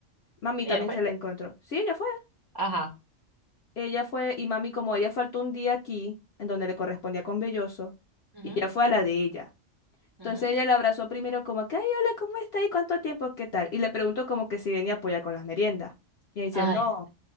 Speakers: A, on the left; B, on the right.
A: Mami
B: Ella
A: también
B: no fue.
A: se la encontró. Sí, ella fue.
B: Ajá.
A: Ella fue, y mami, como ella faltó un día aquí, en donde le correspondía con Belloso,
B: Ujú,
A: ella fue a la de ella. Entonces
B: ujú.
A: ella la abrazó primero como que, ay, hola, ¿cómo está? ¿Y cuánto tiempo? ¿Qué tal? Y le preguntó como que si venía a apoyar con las meriendas. Y ella dice,
B: Ay.
A: no,